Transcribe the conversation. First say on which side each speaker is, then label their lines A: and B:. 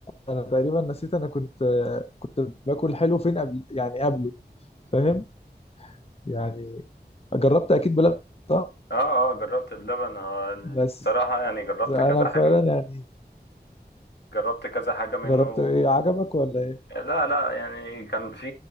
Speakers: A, on the left; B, on the left.
A: انا تقريبا نسيت انا كنت كنت باكل حلو فين قبل يعني قبله فاهم يعني جربت اكيد بلبن صح
B: اه اه جربت بلبن اه
A: بس
B: بصراحه يعني جربت
A: انا
B: كذا
A: فعلا
B: حاجه
A: يعني
B: جربت كذا حاجه منه
A: جربت ايه عجبك ولا ايه
B: لا لا يعني كان في